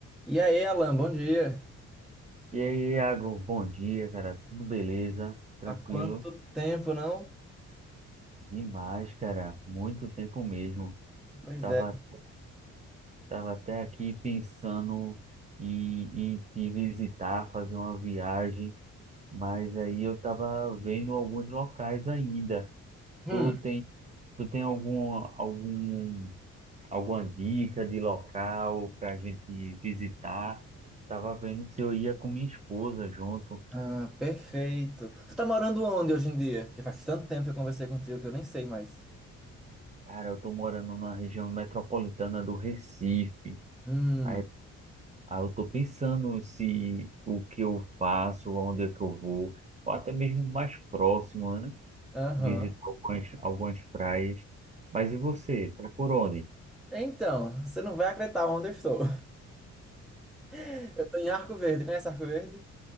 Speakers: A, in the centre; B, on the right.
A: E aí, Alan, bom dia.
B: E aí, Iago, bom dia, cara. Tudo beleza? Tranquilo?
A: Há quanto tempo, não?
B: Demais, cara. Muito tempo mesmo.
A: Pois
B: Tava,
A: é.
B: tava até aqui pensando em, em te visitar, fazer uma viagem, mas aí eu tava vendo alguns locais ainda.
A: Hum,
B: Tu tem, tu tem algum, algum, alguma dica de local pra gente visitar? Tava vendo se eu ia com minha esposa junto.
A: ah, perfeito. Tu tá morando onde hoje em dia? Porque faz tanto tempo que eu conversei contigo que eu nem sei mais.
B: Cara, eu tô morando numa região metropolitana do Recife.
A: Hum,
B: Aí, aí eu tô pensando se o que eu faço, aonde é que eu vou, ou até mesmo mais próximo, né?
A: aham.
B: Visitar algumas, algumas praias. Mas e você? Tá por onde?
A: Então, você não vai acreditar onde eu estou. <laughs> Eu tô em Arco Verde. Conhece Arco Verde?